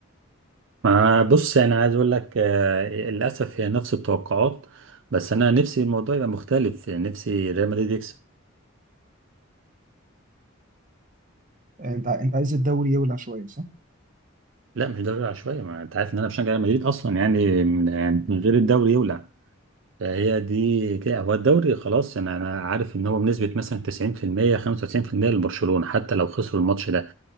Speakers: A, on the right; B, on the right.
A: ما بص يعني عايز اقول لك آه، للاسف هي نفس التوقعات بس انا نفسي الموضوع يبقى مختلف نفسي ريال مدريد يكسب
B: انت ع- انت عايز الدوري يولع شويه صح؟
A: لا مش دوري العشوائيه ما انت عارف ان انا بشجع ريال مدريد اصلا يعني من يعني من غير الدوري يولع فهي دي كده هو الدوري خلاص انا انا عارف ان هو بنسبه مثلا 90% 95% لبرشلونه حتى لو خسروا الماتش ده